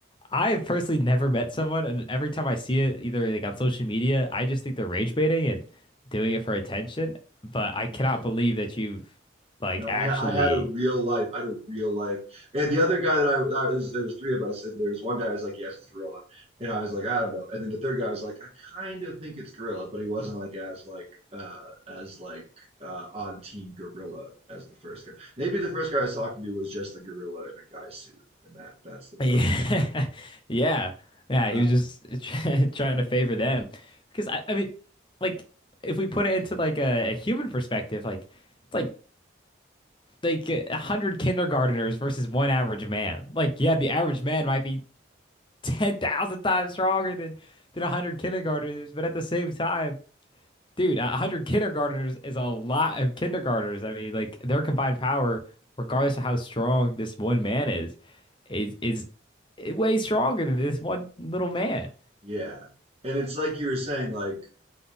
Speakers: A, on the left (about 25°); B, on the right (about 30°).
A: I have personally never met someone, and every time I see it, either like on social media, I just think they're rage baiting and doing it for attention. But I cannot
B: Yeah.
A: believe that you've like
B: No,
A: actually,
B: I, ha- I had a real life. I had a real life. And the other guy that I, I was, there was three of us, and there was one guy who was like, "Yes, it's gorilla," and I was like, "I don't know." And then the third guy was like, "I kind of think it's gorilla," but he wasn't like as like uh as like uh on team gorilla as the first guy. Maybe the first guy I was talking to was just a gorilla in a guy suit, and that that's
A: <laughs>
B: the problem.
A: yeah, yeah, yeah.
B: Um,
A: He was just <laughs> try- trying to favor them because I, I mean, like, if we put it into like a, a human perspective, like, it's like like a hundred kindergarteners versus one average man. Like, yeah, the average man might be ten thousand times stronger than than one hundred kindergarteners. But at the same time, dude, one hundred kindergarteners is a lot of kindergarteners. I mean, like their combined power, regardless of how strong this one man is, is is way stronger than this one little man.
B: yeah, and it's like you were saying, like